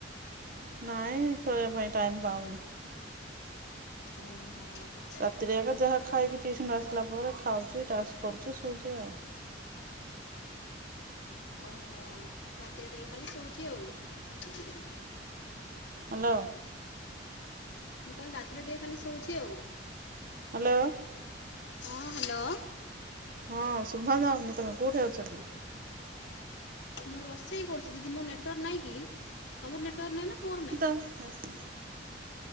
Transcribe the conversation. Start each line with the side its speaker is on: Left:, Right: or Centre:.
Right: ନାଇଁ ଶୋଇବା ପାଇଁ ଟାଇମ୍ ପାଉନି।
Left: ଓ ହଁ ପି
Right: ରାତିରେ ଏକା ଯାହା ଖାଇକି ତିଶନ୍ ଆସିଲା ପରେ ଖାଉଛି ଟାସ୍ କରୁଛି ସୋଉଛି ଆଉ।
Left: ଓହୋ ରାତିରେ ଟା ଖାଲି ଶୋଉଛି ଆଉ।
Right: ହ୍ୟାଲୋ।
Left: ମୁଁ କହିଲି ରାତିରେ ଟିକେ ଖାଲି ଶୋଉଛି ଆଉ।
Right: ହ୍ୟାଲୋ।
Left: ହଁ ହ୍ୟାଲୋ।
Right: ହଁ ଶୁଭା ଯାଉନି ତମେ କୋଉଠି ଅଛ କି?
Left: ମୁଁ ରୋଷେଇ କରୁଛି ଦିଦି ମୋ ନେଟୱାର୍କ ନାହିଁ କି, ତମର ନେଟୱାର୍କ ନାହିଁ ନା ମୋର ନାହିଁ?
Right: ସ ହଶ